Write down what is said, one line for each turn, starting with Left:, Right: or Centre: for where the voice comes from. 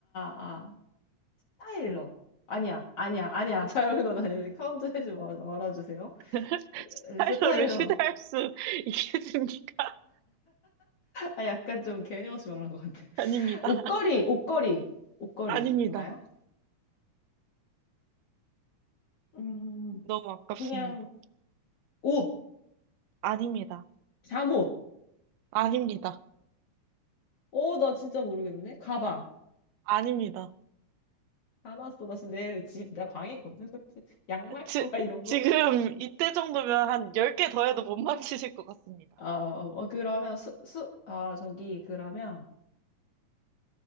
Left: 아. 스타일러. 아니야, 아니야, 아니야. 잘못 건 아니지. 카운트 해지 말- 말아주세요.
Right: <laughs> 스타일러를
Left: 스타일러.
Right: 휴대할 수 있겠습니까? <laughs>
Left: 아, 약간 좀 개념 없이 말한 것 같아.
Right: 아닙니다.
Left: 옷걸이, 옷걸이, 옷걸이인가요?
Right: 아닙니다.
Left: 음,
Right: 너무 아깝습니다.
Left: 그냥 옷,
Right: 아닙니다.
Left: 잠옷.
Right: 아닙니다.
Left: 어, 나 진짜 모르겠는데. 가방.
Right: 아닙니다.
Left: 사놨어. 나 지금 내 집, 내 방에 있거든. <laughs> 양말?
Right: 지,
Left: <laughs> 막 이런
Right: 지금
Left: 거?
Right: 이때 정도면 한 10개 더 해도 못 맞히실 것 같습니다.
Left: 아, 어, 그러면 수, 수, 아, 저기, 그러면,